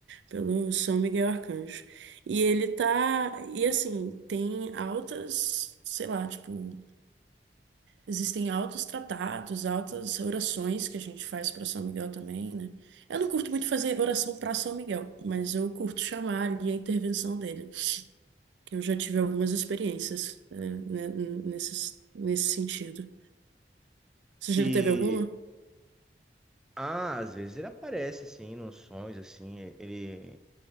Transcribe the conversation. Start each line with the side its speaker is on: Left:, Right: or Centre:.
Right: pelo São Miguel Arcanjo. E ele tá. E assim, tem altas, sei lá, tipo, existem altos tratados, altas orações que a gente faz para São Miguel também, né? Eu não curto muito fazer oração para São Miguel, mas eu curto chamar ali a intervenção dele. que Eu já tive algumas experiências, né, né, nesse, nesse sentido. Você já
Centre: E,
Right: teve alguma?
Centre: ah, às vezes ele aparece, assim, nos sonhos, assim, ele,